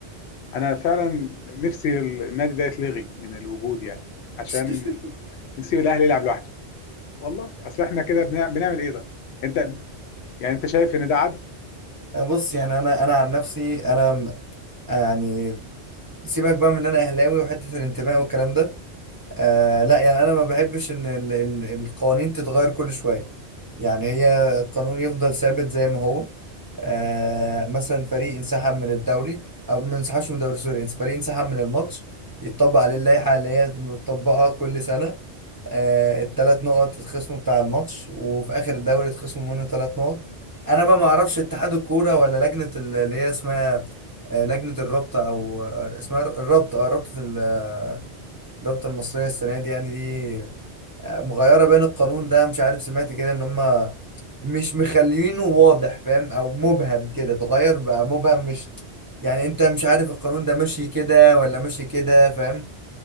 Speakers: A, on the left; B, on the right.
A: انا فعلا نفسي النادي ده يتلغي من الوجود يعني عشان
B: <laughs>
A: نسيب الاهلي يلعب لوحده والله اصل احنا كده بنع- بنعمل ايه ده انت يعني انت شايف ان ده عدل
B: بص يعني انا انا عن نفسي انا م- يعني سيبك بقى من ان انا اهلاوي وحته الانتماء والكلام ده آه لا يعني انا ما بحبش ان ال- ال- القوانين تتغير كل شويه يعني هي القانون يفضل ثابت زي ما هو آه مثلا فريق انسحب من الدوري او ما انسحبش من الدوري سوري فريق انسحب من الماتش يتطبق عليه اللائحه اللي هي متطبقه كل سنه آه الثلاث نقط يتخصموا بتاع الماتش وفي اخر الدوري يتخصموا منه ثلاث نقط انا بقى ما اعرفش اتحاد الكوره ولا لجنه ال- اللي هي اسمها آه، لجنه الرابطه او آه، اسمها الرابطه اه رابطه الرابطة المصرية السنة دي يعني دي آه، مغيرة بين القانون ده مش عارف سمعت كده ان هم مش مخلينه واضح فاهم او مبهم كده اتغير بقى مبهم مش يعني انت مش عارف القانون ده ماشي كده ولا ماشي كده فاهم